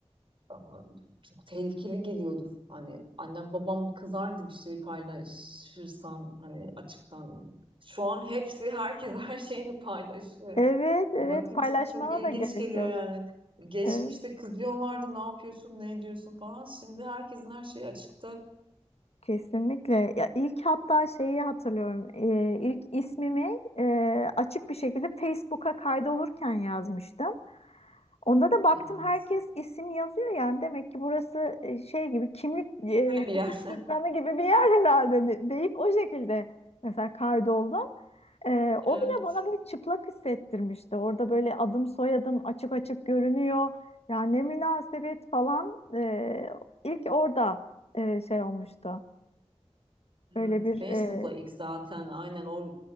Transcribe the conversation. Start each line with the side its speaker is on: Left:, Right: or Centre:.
Right: aa, çok tehlikeli geliyordu. Hani annem babam kızardı bir şey paylaşırsan hani açıktan. Şu an hepsi herkes <laughs> her şeyini paylaşıyor.
Left: Evet, evet
Right: Bakınca
Left: paylaşmana
Right: çok ilginç
Left: da gerek
Right: geliyor
Left: yok.
Right: yani. Geçmişte
Left: Evet,
Right: kızıyorlardı ne yapıyorsun ne ediyorsun falan. Şimdi herkesin her şeyi açıkta.
Left: kesinlikle. Ya ilk hatta şeyi hatırlıyorum. E, ilk ismimi e, açık bir şekilde Facebook'a kaydolurken yazmıştım. Onda da baktım
Right: Evet.
Left: herkes isim yazıyor yani demek ki burası e, şey gibi kimlik e,
Right: Böyle bir yer.
Left: nüfus cüzdanı gibi bir yer herhalde de- deyip o şekilde mesela kaydoldum. E,
Right: <laughs>
Left: o bile bana böyle çıplak hissettirmişti. Orada böyle adım soyadım açık açık görünüyor. Yani ne münasebet falan e, ilk orada e, şey olmuştu.
Right: Evet,
Left: Böyle bir
Right: Facebook'la
Left: e,
Right: ilk zaten aynen o